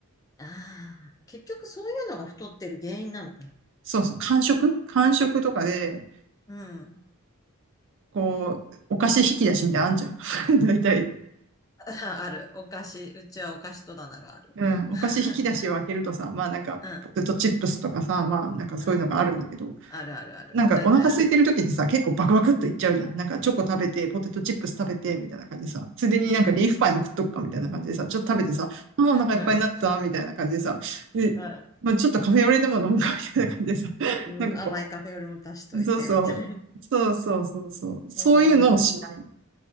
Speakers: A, on the left; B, on the right.
A: ああ、結局そういうのが太ってる原因なのかな。
B: そうそう、間食間食とかで、
A: うん。
B: こう、お菓子引き出しみたいなのあんじゃん。<laughs> 大体。
A: <laughs> あある。お菓子、うちはお菓子戸棚がある。
B: うん、お菓子引き出しを開けるとさ、
A: <laughs>
B: まあなんか、
A: うん、
B: ポテトチップスとかさ、まあなんかそういうのがあるんだけど、
A: うん。あるあるある。
B: なんかお腹空いてる時ってさ、
A: 大体ある。
B: 結構バクバクっといっちゃうじゃん。なんかチョコ食べて、ポテトチップス食べて、みたいな感じでさ、ついでになんかリーフパイも食っとくか、
A: うん、うん、
B: みたいな感じでさ、ちょっと食べてさ、ああ、お腹いっぱいになった、
A: うん、
B: みたいな感じでさ、で、
A: う
B: まあちょっとカフェオレでも飲むか、みたいな感じでさ、<laughs>
A: ん。
B: なんかこ
A: 甘いカフェよりも足しといて、
B: う、そうそう、
A: みたいな。
B: そうそうそうそう、そういうのをしない。
A: <laughs> うん、